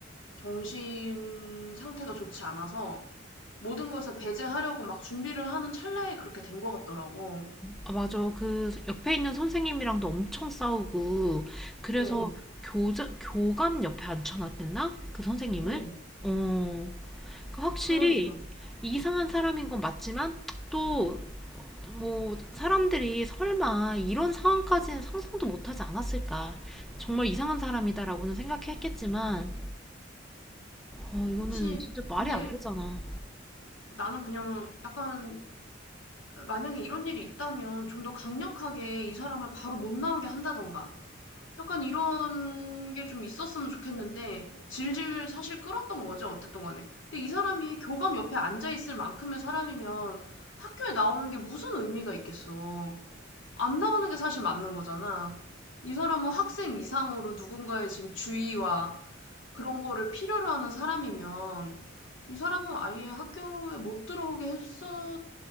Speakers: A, on the left (about 75°); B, in the centre.
A: 정신 상태가 좋지 않아서 모든 거에서 배제하려고 막 준비를 하는 찰나에 그렇게 된 것 같더라고.
B: 아, 맞아. 그 옆에 있는 선생님이랑도 엄청 싸우고, 그래서
A: 어,
B: 교자, 교감 옆에 앉혀놨댔나? 그 선생님을?
A: 어,
B: 어, 그 확실히
A: 그러니까.
B: 이상한 사람인 건 맞지만, 또 뭐 사람들이 설마 이런 상황까지는 상상도 못하지 않았을까. 정말 이상한 사람이다라고는 생각했겠지만, 어, 이거는
A: 그치.
B: 진짜 말이
A: 근데
B: 안 되잖아.
A: 나는 그냥 약간 만약에 이런 일이 있다면 좀 더 강력하게 이 사람을 바로 못 나오게 한다던가. 약간 이런 게 좀 있었으면 좋겠는데 질질 사실 끌었던 거지 어쨌든 간에. 근데 이 사람이 교감 옆에 앉아 있을 만큼의 사람이면 학교에 나오는 게 무슨 의미가 있겠어. 안 나오는 게 사실 맞는 거잖아. 이 사람은 학생 이상으로 누군가의 지금 주의와 그런 거를 필요로 하는 사람이면 이 사람은 아예 학교에 못 들어오게 했어